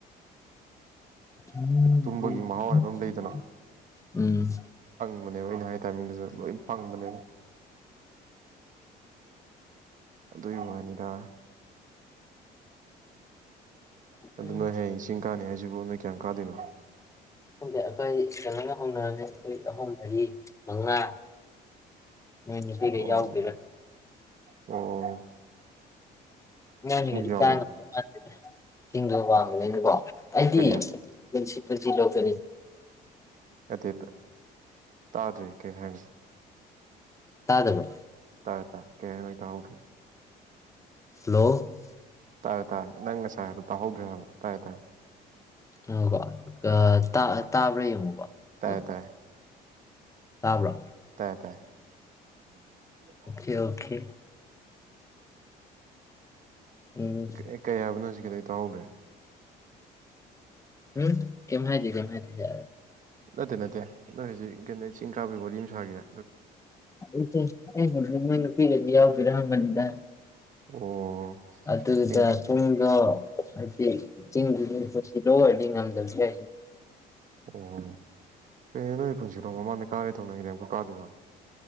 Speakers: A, on the left; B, on the right.
A: ꯎꯝ
B: ꯇꯨꯝꯕꯒꯤ ꯃꯍꯥꯎ ꯍꯥꯏꯕ ꯑꯃ ꯂꯩꯗꯅ ꯑꯣꯏ ꯍꯥꯏ ꯇꯥꯏꯃꯤꯡꯗꯨꯁꯨ ꯂꯣꯏ ꯐꯪꯕꯅꯦꯕ ꯑꯗꯨꯒꯤ ꯋꯥꯅꯤꯗ ꯑꯗꯨꯅ
A: ꯎꯝ
B: ꯍꯌꯦꯡ ꯆꯤꯡ ꯀꯥꯅꯤ ꯍꯥꯏ ꯖꯤꯕꯨꯣꯅ ꯀꯌꯥꯝ ꯀꯥꯗꯅꯣ
A: ꯗꯤ ꯑꯩꯈꯣꯏ ꯌꯦꯪꯅ ꯍꯧꯅꯔꯝꯅꯤ ꯑꯩꯈꯣꯏ ꯑꯍꯨꯝ ꯃꯔꯤ ꯃꯉꯥ ꯅꯣꯏ ꯅꯨꯄꯤꯒ
B: ꯎꯝ
A: ꯌꯥꯎꯗꯣꯏꯔꯥ
B: ꯎꯝ
A: ꯅꯅꯦ
B: ꯌꯥꯎꯕ꯭ꯔꯣ
A: ꯀꯗ ꯃꯥꯗ ꯊꯤꯡꯗꯕ ꯄꯥꯝꯕꯅꯤꯅꯦꯀꯣ ꯑꯩꯗꯤ
B: ꯀꯔꯤ
A: ꯄꯨꯁꯤ ꯂꯁꯤ
B: ꯑꯗꯨ ꯇꯥꯗ꯭ꯔꯤ ꯀꯩ ꯍꯥꯏꯅꯨ
A: ꯇꯥꯗꯕ
B: ꯇꯥꯏꯦ ꯇꯥꯏꯦ ꯀꯌꯥꯃꯤ ꯊꯒꯦ
A: ꯍꯂꯣ
B: ꯇꯥꯏꯦ ꯇꯥꯏꯦ ꯅꯪꯁꯥꯏ ꯍꯥꯏꯔ ꯇ ꯍꯧꯗ꯭ꯔꯔꯤꯕ ꯇꯥꯏꯌꯦ ꯇꯥꯏꯌꯦ
A: ꯑ ꯀꯣ ꯇꯥꯕ꯭ꯔꯥ ꯌꯦꯡꯉꯨꯀꯣ
B: ꯇꯥꯏꯌꯦ
A: ꯑꯗꯨꯝ
B: ꯇꯥꯏꯌꯦ
A: ꯇꯥꯕ꯭ꯔꯣ
B: ꯇꯥꯏ ꯇꯥꯏ <unintelligible>
A: ꯑꯣꯀꯦ ꯑꯣꯀꯦ ꯎꯝ
B: ꯀ ꯀꯌꯥꯕꯅꯖꯤ ꯀꯗꯩ ꯇꯥꯍꯧꯗ꯭ꯔꯦ
A: ꯎꯝ ꯀꯃꯥꯏꯗꯤ ꯀꯃꯥꯏ ꯊꯤꯖꯦ
B: ꯅꯠꯇꯦ ꯅꯠꯇꯦ ꯅꯣꯏ ꯍꯧꯖꯤꯛ ꯀꯩꯅꯣ ꯆꯤꯡ ꯀꯥꯕꯤ ꯋꯥꯔꯤ ꯅꯨꯡꯁꯥꯒꯤꯗ
A: ꯏ ꯑꯩ ꯅꯣꯏ ꯅꯨꯄꯤꯤꯒꯗꯤ ꯌꯥꯎꯗꯔꯥ ꯍꯪꯕꯅꯤꯗ
B: ꯑꯣ
A: ꯑꯗꯨꯗꯨꯗ
B: ꯆꯤꯡ
A: ꯄꯨꯡꯗ ꯑ ꯆꯤꯡꯒꯨꯗ ꯄ ꯂꯣꯏ ꯉꯝꯗꯕ
B: ꯑꯣ ꯀꯩꯔ ꯀꯟꯁꯤꯔꯣꯡ ꯃꯃꯥꯡꯗꯩ ꯀꯥꯔꯦ ꯊꯧꯅꯤꯡꯉꯤꯗ ꯑꯃꯨꯛꯀ ꯀꯥꯗꯣꯏꯔꯣ